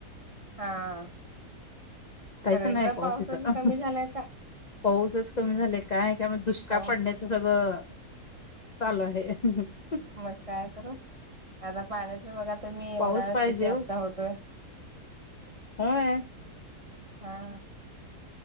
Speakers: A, on the right; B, on the left.
A: <inaudible> हा
B: काहीच
A: सगळीकड
B: नाही पाऊस
A: पाऊसच
B: इथं
A: कमी झालाय आता.
B: पाऊसच कमी झालाय काय का <inaudible> मग दुष्काळ
A: हो
B: पडण्याचं सगळं चालू आहे <inaudible>
A: मग काय करू आता पाण्याच बघा तुम्ही
B: पाऊस
A: उन्हाळ्यात
B: पाहिजे
A: किती अपदा
B: <inaudible> हो
A: होतोय
B: होय
A: हा